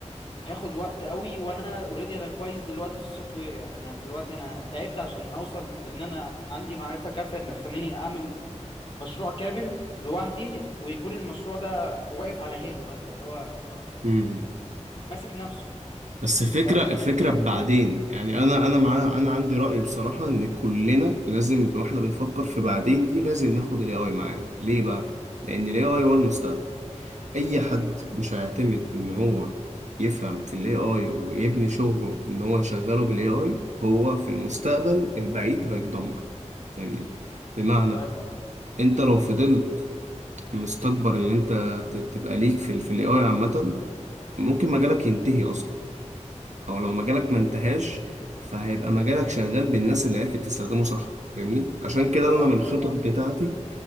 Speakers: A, on the left; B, on the right.
A: هياخد وقت قوي وانا اوريدي انا كويس دلوقتي في السوفت وير يعني انا دلوقتي انا تعبت عشان اوصل لان انا عندي معرفة كافية ان تخليني اعمل مشروع كامل لوحدي ويكون المشروع ده واقف على حيله مثلا اللي هو مف-
B: امم
A: ماسك نفسه
B: بس فكرة
A: فاهم مش عايز
B: فكرة بعدين يعني أنا أنا مع أنا عندي رأي بصراحة إن كلنا لازم وإحنا بنفكر في بعدين دي لازم ناخد ال AI معانا ليه بقى؟ لأن ال AI هو المستقبل أي حد مش هيعتمد إن هو يفهم في ال AI ويبني شغله إن هو يشغله بال AI هو في المستقبل البعيد هيتدمر فاهمني؟ بمعنى
A: فاهم قصدي
B: أنت لو فضلت مستكبر إن أنت ت- تبقى ليك في ال في ال AI عامة ممكن مجالك ينتهي أصلا او لو مجالك
A: مم.
B: ما انتهاش فهيبقى مجالك شغال بالناس اللي عرفت تستخدمه صح فاهمني عشان كده
A: اه
B: انا من الخطط
A: فاهم قصدي
B: بتاعتي